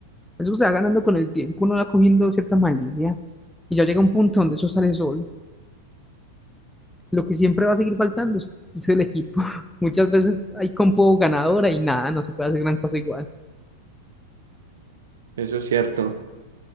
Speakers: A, in the centre; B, on the right.
A: Eso se va ganando con el tiempo, uno va cogiendo cierta malicia. Y ya llega un punto donde eso sale solo. Lo que siempre va a seguir faltando es, es el equipo. <laughs> Muchas veces hay compo ganadora y nada, no se puede hacer gran cosa igual.
B: Eso es cierto.